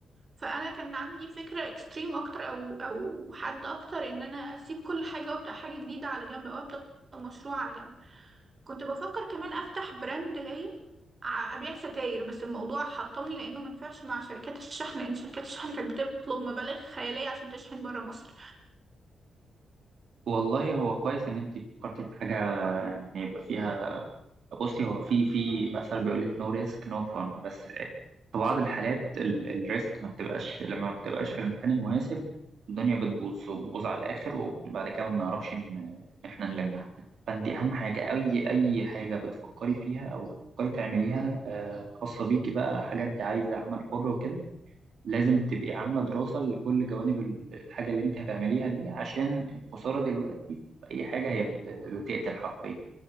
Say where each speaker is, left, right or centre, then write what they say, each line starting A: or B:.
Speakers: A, on the right; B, on the right.
A: فأنا كان عندي فكرة إكستريم أكتر أو أو حد أكتر إن أنا أسيب كل حاجة وأبدأ حاجة جديدة على جنب أو أبدأ مشروع على جنب كنت بفكر كمان أفتح براند ليا ع- أبيع ستاير بس الموضوع حطمني لأنه منفعش مع شركات الشحن لأن شركات الشحن كانت بتطلب مبالغ خيالية عشان تشحن برا مصر
B: والله هو كويس ان انت فكرتي في حاجه ان يبقى فيها بصي هو في في مثلا بيقول لك نو ريسك نو فن بس في بعض الحالات الريسك ما بتبقاش لما ما بتبقاش في المكان المناسب الدنيا بتبوظ وبتبوظ على الاخر وبعد كده ما بنعرفش ان إن احنا نلمها فانت اهم حاجه اي اي حاجه بتفكري فيها او بتفكري تعمليها آه، خاصه بيكي بقى حاجه انت عايزه عمل حر وكده لازم تبقي عامله دراسه لكل جوانب ال- الحاجه اللي انت هتعمليها دي عشان الخساره دلوقتي في اي حاجه هي بت- بتقتل حرفيا